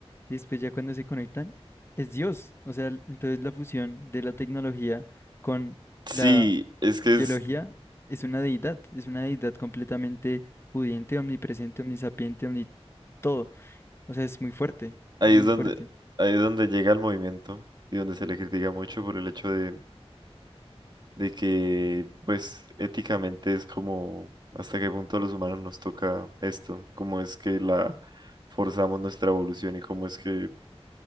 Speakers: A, on the left; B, on the right.
A: Y después ya cuando se conectan, es Dios. O sea, entonces la fusión de la tecnología con
B: Sí,
A: la
B: es que
A: biología
B: es,
A: es una deidad, es una deidad completamente pudiente, omnipresente, omnisapiente, omni todo. O sea, es muy fuerte,
B: ahí
A: muy
B: es donde,
A: fuerte.
B: ahí es donde llega el movimiento y donde se le critica mucho por el hecho de de que, pues, éticamente es como hasta qué punto a los humanos nos toca esto, cómo es que la forzamos nuestra evolución y cómo es que